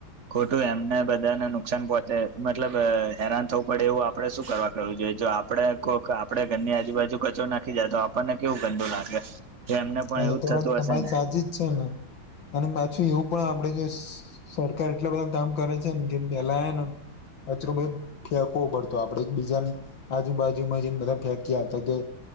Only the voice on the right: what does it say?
ખોટું એમને બધાને નુકસાન પહોંચે મતલબ હેરાન થવું પડે એવું આપડે શું કરવા કેવું જોઈએ જો આપડે કોઈક આપડે ઘરની આજુબાજુ કચો નાખી જાય તો આપણને કેવું ગંદુ લાગે તો એમને પણ
એવું
જ
થતું
હશે ને